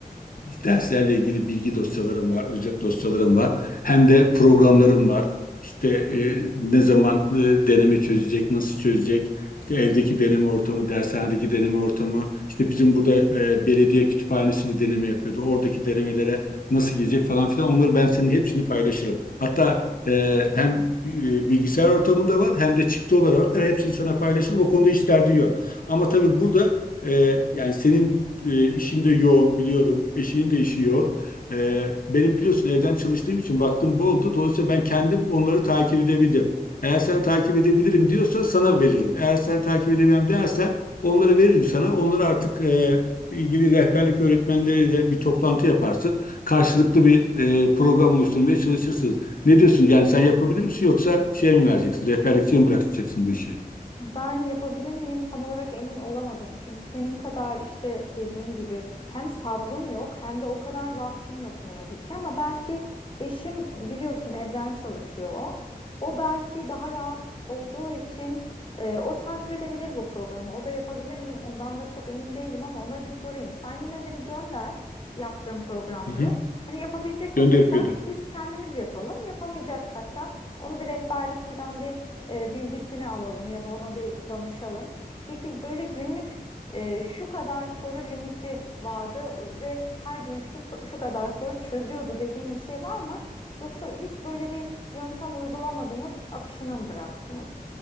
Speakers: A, on the left; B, on the left.
A: derslerle ilgili bilgi dosyalarım var, özet dosyalarım var. Hem de programlarım var. İşte e, ne zaman e, deneme çözecek, nasıl çözecek, işte evdeki deneme ortamı, dershanedeki deneme ortamı, İşte bizim burada e, belediye kütüphanesi de deneme yapıyordu. Oradaki denemelere nasıl girecek falan filan. Onları ben senin hepsini paylaşırım. Hatta e, hem e, bilgisayar ortamında var hem de çıktı olarak var. hepsini sana paylaşırım. O konuda hiç derdin yok. Ama tabii burada ee, yani senin e, işin de yoğun biliyorum. Eşinin de işi yoğun. Ee, benim biliyorsun evden çalıştığım için vaktim bol oldu. Dolayısıyla ben kendim onları takip edebildim. Eğer sen takip edebilirim diyorsa sana veririm. Eğer sen takip edemem dersen onları veririm sana. Onları artık e, ilgili rehberlik öğretmenleriyle bir toplantı yaparsın. Karşılıklı bir e, program oluşturmaya çalışırsınız. Ne diyorsun? Yani sen yapabilir misin yoksa şey mi vereceksin? Rehberlikçiye mi bırakacaksın bu işi?
B: Ben yapabilir miyim tam olarak emin olamadım. Çünkü senin kadar işte dediğin gibi hem sabrım yok hem de o kadar vaktim yok ne yazık ki. Ama belki eşim biliyorsun evden çalışıyor o. O belki daha rahat olduğu için e, o takip edebilir bu programı. O da yapabilir mi? Ondan da çok emin değilim ama ona bir sorayım. Sen yine de bir gönder yaptığın programları.
A: Hı hı.
B: Hani yapabilecek
A: Gönderip
B: olursak
A: gönderip.
B: biz kendimiz yapalım. Yapamayacaksak da onu bir rehberlikçiden bir e, bilgisini alalım ya da ona bir danışalım. Peki böyle günlük e, şu kadar soru limiti vardı ve her gün şu so- şu kadar soru çözüyordu dediğim bir şey var mı? Yoksa hiç böyle bir yöntem uygulamadınız, akışına mı bıraktınız?